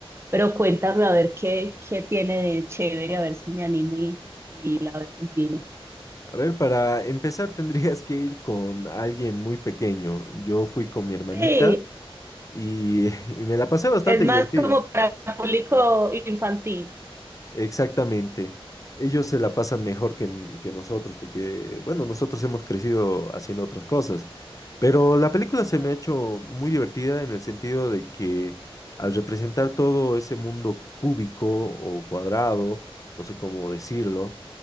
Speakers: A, on the right (about 25°); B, on the left (about 35°).
A: Pero cuéntame a ver qué, qué tiene de chévere, a ver si me animo y, y la veo en cine.
B: A ver, para empezar tendrías que ir con alguien muy pequeño. Yo fui con mi hermanita
A: Sí,
B: y, <laughs> y me la pasé bastante
A: es más
B: divertido.
A: como para público infantil.
B: Exactamente. Ellos se la pasan mejor que, n- que nosotros, porque, bueno, nosotros hemos crecido haciendo otras cosas. Pero la película se
A: Claro.
B: me ha hecho muy divertida en el sentido de que al representar todo ese mundo cúbico o cuadrado, no sé cómo decirlo,